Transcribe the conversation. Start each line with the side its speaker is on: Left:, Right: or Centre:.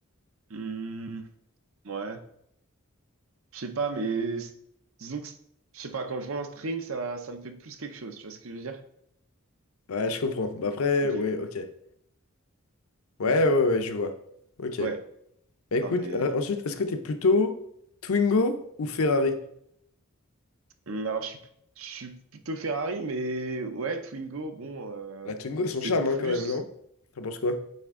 Right: Hmm, ouais. Je sais pas, mais s- disons que, s- je sais pas, quand je vois un string, ça, ça me fait plus quelque chose, tu vois ce que je veux dire?
Left: Ouais, je comprends. Bah après,
Right: Ok,
Left: ouais, ok. Ouais, ouais,
Right: ok.
Left: ouais, je vois. Ok.
Right: Ouais,
Left: Bah, écoute,
Right: non mais
Left: euh, ensuite, est-ce que t'es plutôt Twingo ou Ferrari?
Right: hum, alors je suis, je suis plutôt Ferrari, mais ouais, Twingo, bon, euh,
Left: La Twingo
Right: c'est
Left: a son charme,
Right: plus,
Left: hein, quand même, non? T'en penses quoi?